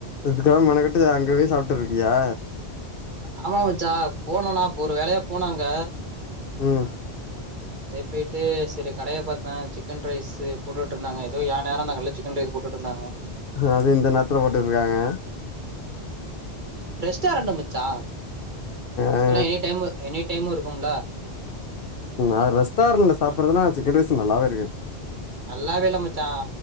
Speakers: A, on the left; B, on the right.
A: இதுக்காக மெனக்கெட்டு அங்க போய் சாப்ட்டு இருக்கியா
B: ஆமா மச்சா போனும்னா இப்ப ஒரு வேலையா போன அங்க
A: ம்
B: அப்டே போய்ட்டு செரி கடைய பாத்தா சிக்கன் ரைஸ்ஸு போட்டுட்டு இருந்தாங்க ஏதோ எ நேரோ அந்த கடையில சிக்கன் ரைஸ்ஸு போட்டு இருந்தாங்க
A: அதுவு இந்த நேத்துல போட்டு இருக்காங்க
B: ரெஸ்டாரன்டு மச்சா
A: ஆ
B: அதெல்லா
A: ஆ
B: எனி டைமு எனி டைமு இருக்கும்ல
A: ஆ ரெஸ்டாரண்டுல
B: ம்
A: சாப்ட்றதுலா சிக்கன் ரைஸ்ஸு நல்லாவேருக்காது
B: நல்லாவே இல்ல மச்சா